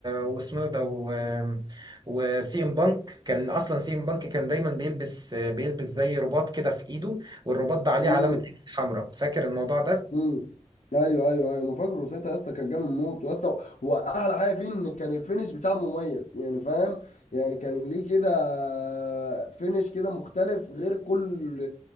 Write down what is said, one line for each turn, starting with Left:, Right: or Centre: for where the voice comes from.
Right: واسمه ده و- وسي ام بانك كان اصلا سي ام بانك كان دايما بيلبس بيلبس زي رباط كده في ايده والرباط ده عليه
Left: امم
Right: علامة اكس حمراء فاكر الموضوع ده
Left: امم ايوه ايوه ايوه ما فاكر روسيتا يا اسطى كان جامد موت يا اسطى واحلى حاجه فيه ان كان الفينش بتاعه مميز يعني فاهم يعني كان ليه كده فينش كده مختلف غير كل